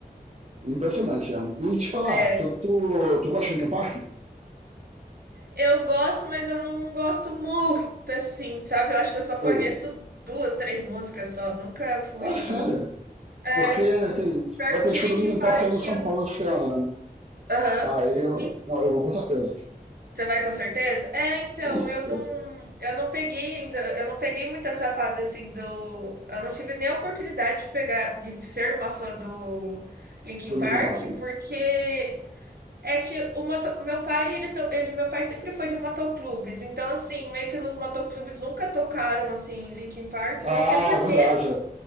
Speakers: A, on the right; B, on the right.
A: Impressionante, é. E te falar,
B: é,
A: tu, tu, tu gosta de Linkin Park?
B: Eu gosto, mas eu não gosto muito, assim, sabe? Eu acho que eu só
A: Sim.
B: conheço duas, três músicas só. Nunca fui.
A: Ah, sério?
B: É,
A: Porque tem,
B: pior
A: vai ter
B: que
A: show
B: Linkin
A: do Linkin
B: Park,
A: Park aí em São
B: eu.
A: Paulo esse ano, né?
B: Aham.
A: Aí eu.
B: E
A: Não, eu vou com certeza.
B: Você vai com certeza? É, então,
A: Com certeza.
B: eu não, eu não peguei ainda, eu não peguei muito essa fase assim do. Eu não tive nem a oportunidade de pegar, de ser uma fã do Linkin
A: Do Linkin
B: Park,
A: Park.
B: porque É que o moto- meu pai, ele, to- ele, meu pai sempre foi de motoclubes, então assim, meio que nos motoclubes nunca tocaram assim Linkin Park,
A: Ah,
B: não sei por
A: verdade.
B: quê.